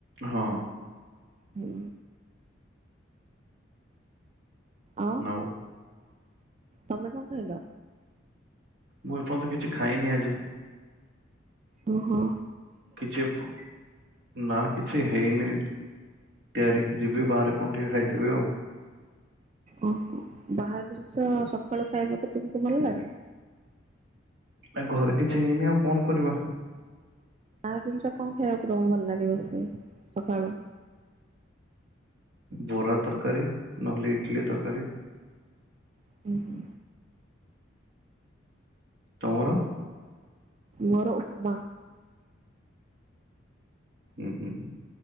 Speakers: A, on the right; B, on the right.
A: ହଁ।
B: ହୁଁ। ଆ
A: ଆଉ
B: ତମେ କଣ ଖାଇଲ?
A: ମୁଁ ଏପର୍ଯ୍ୟନ୍ତ କିଛି ଖାଇନି ଆଜି।
B: ଓ ହୋ।
A: କିଛି ପ-ନା କିଛି ହେଇନି। ତିଆରି ଯିବି ବାହାରେ କଣ ଟିକେ ଖାଇଦେବି ଆଉ।
B: ଓହୋ, ବାହାର ଜିନିଷ ସକାଳୁ ଖାଇବାକୁ ତୁମକୁ ଭଲ ଲାଗେ?
A: ଆ, ଘରେ କିଛି ହେଇନି ଆଉ କଣ କରିବା?
B: ବାହାର ଜିନିଷ କଣ ଖାଇବାକୁ ତୋମକୁ ଭଲ ଲାଗିବ ସେ ସକାଳୁ?
A: ବରା ତରକାରୀ ନହେଲେ ଇଟଲି ତରକାରୀ।
B: ହୁଁ। ହୁଁ।
A: ତୋମର?
B: ମୋର ଉପମା।
A: ଉଁ, ହୁଁ, ହୁଁ।